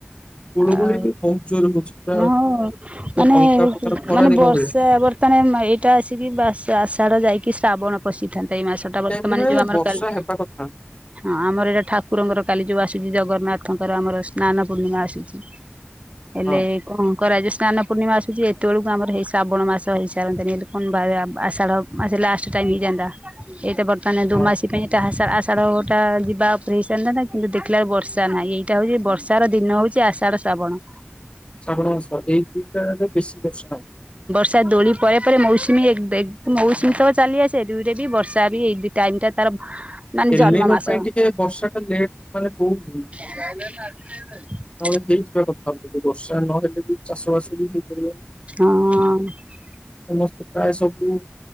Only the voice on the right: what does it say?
ଆଉ
ହଁ ହଉ ମାନେ
ମାନେ
ବର୍ଷେ
ବର୍ ମାନେ ମ ଏଇଟା ଆସିକି ବା ଆଷାଢା ଯାଇକି ଶ୍ରାବଣ ପଶିଥାନ୍ତା ଏଇ ମାସଟା ବର୍ତ୍ତମାନ
ଯୋଉ ଆମର
କାଲି
ହଁ ଆମର ଏଇଟା ଠାକୁରଙ୍କର କାଲି ଯୋଉ ଆସୁଛି ଜଗନ୍ନାଥଙ୍କର ଆମର ସ୍ନାନ ପୂର୍ଣ୍ଣିମା ଆସୁଛି ହେଲେ
କଣ କରାଯିବ ସ୍ନାନ ପୂର୍ଣିମା ଆସୁଛି ଏତେବେଳକୁ ଆମର ହେଇ ଶ୍ରାବଣ ମାସ ହେଇସାରନ୍ତାଣି ହେଲେ କଣ ଭ ଆଷାଢ ମାସେ ଲାଷ୍ଟ ଟାଇମି ହେଇଯାନ୍ତା ଏଇ ତ ବର୍ତନ ଦୋ
ମାସୀ ପାଇଁ ଟା ଆଷା ଆଷାଢଟା ଯିବା ଉପରେ ହେଇସାରିନ୍ତା କିନ୍ତୁ ଦେଖିଲା ବକୁ ବର୍ଷା ନାହିଁ ଏଇଟା ହଉଛି ବର୍ଷାର ଦିନ ହଉଛି ଆାଢ ସାଡ଼ ଶ୍ରାବଣ
ସା ଦୋଳି ପରେ ପରେ ମୌସୁମୀ ଏକ ମୌସୁମୀ ତ ଚାଲି ଆସେ ଏ ଦୁଇରେ ବି ବର୍ଷା ବି ଏଇ ଦ ଟାଇମ ଟା ତାର ମାନେ
ଜନ୍ମ ମାସ
ଆସ <unintelligible>
ହଁ।